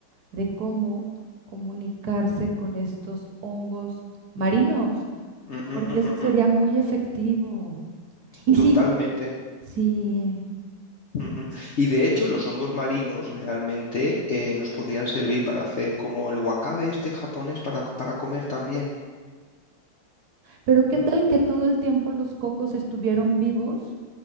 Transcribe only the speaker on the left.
Mm, mm,
mm,
mm,
mm.
Totalmente.
Ujú. Y de hecho, los hongos marinos realmente eh, nos podrían servir para hacer como el wakabe este japonés para, para comer también.
¿ah?